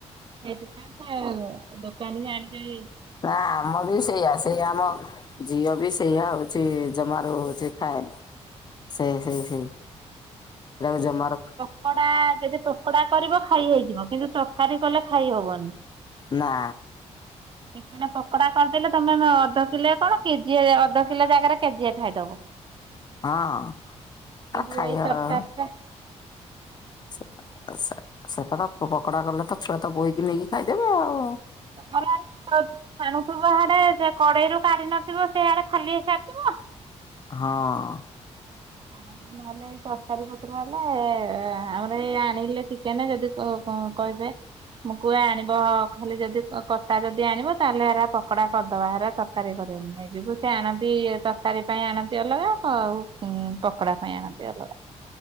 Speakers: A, on the right (about 45°); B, on the left (about 35°).
A: ସେଇଥିପାଇଁ ସେ ଦୋକାନୀ ଜାଣିଛି
B: ନା ଆମର ବି ସେଇଆ ସେଇ ଆମ ଝିଅ ବି ସେଇୟା ହଉଛି, ଜମାରୁ ହଉଛି ଖାଏନି। ସେଇ-ସେଇ-ସେଇ, ସେଇଟାକୁ-ସେଇଟାକୁ ଜମା ରଖ୍
A: ପକୋଡା ଯଦି ପୋକୋଡା କରିବ ଖାଇ ହେଇଯିବ, କିନ୍ତୁ ତକାରୀ କଲେ ଖାଇହବନି।
B: ନା।
A: ଚିକେନ ପକୋଡା କରିଦେଲେ, ତମେ ମ ଅଧ କିଲେ କଣ କେଜିଏ <unintelligible> ଅଧ କିଲେ ଜାଗାରେ କେଜିଏ ଖାଇଦବ।
B: ହଁ ଆଉ,
A: କିନ୍ତୁ
B: ଖାଇଆ <unintelligible>
A: <unintelligible>
B: ସେଟା ଅ ସେ ସେଟା ତ ପକୋଡା କଲେ, ତ ଛୁଆ ତ ବୋହିକି ନେଇକି ଖାଇଦେବେ ଆଉ।
A: ଗଲାବେଳକୁ ଛାଣ ଛାଣୁଥିବ ହାଡେ ସେ କଡେଇରୁ କାଢି ନଥିବ, ସେଆଡେ ଖାଲି ହେଇସାରିଥିବ।
B: ହଁ।
A: ଆଉ ନହେଲେ ସେଇ ତକାରୀ ପତ୍ର ହେଲା <unintelligible> ଆମର ଏଇ ଆଣିଲେ ଚିକେନ ଯଦି କ କଁ କଇବେ ମୁଁ କୁଏ ଆଣିବ ଖାଲି ଯଦି କତା ଯଦି ଆଣିବ ତାହେଲେ ହେରା ପକୋଡା କରିଦବା ହେରା ତରକାରୀ କରିହବନି ହେଇ ଯୋଗୁ ସିଏ ଆଣନ୍ତି ତ କାରୀ ପାଇଁ ଆଣନ୍ତି ଅଲଗା ଆଉ ଉଁ ପକୋଡା ପାଇଁ ଆଣନ୍ତି ଅଲଗା।